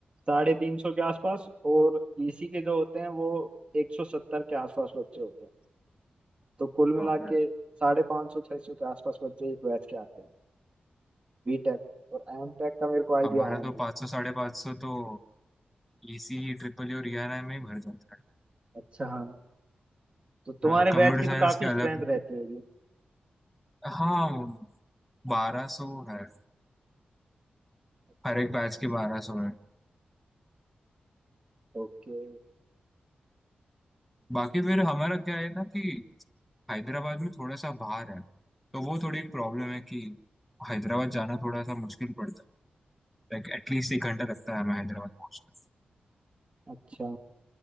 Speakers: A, on the right; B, in the centre.
A: साढ़े तीन सौ के आसपास और ईसी के जो होते हैं वो एक सौ सत्तर के आसपास बच्चे होते हैं तो कुल मिला
B: बाप रे
A: के साढ़े पाँच सौ छह सौ के आसपास बच्चे एक बैच के आते हैं बीटेक और एमटेक का मेरे को आइडिया
B: हमारा
A: है नहीं
B: तो पाँच सौ साढ़े पाँच सौ तो इसी ट्रिपल ई और ERI में ही भर जाता है
A: अच्छा हाँ तो तुम्हारे
B: हाँ कंप्यूटर
A: बैच की तो
B: साइंस
A: काफी
B: के अलग
A: स्ट्रेंथ रहती होगी
B: हाँ बारह सौ है
A: अच्छा
B: हर एक बैच के बारह सौ है
A: ओके
B: बाकी फिर हमारा क्या है ना कि हैदराबाद में थोड़ा सा बाहर है तो वो थोड़ी एक प्रॉब्लम है कि हैदराबाद जाना थोड़ा सा मुश्किल पड़ता है लाइक एटलीस्ट एक घंटा लगता है हमें हैदराबाद पहुंचना
A: अच्छा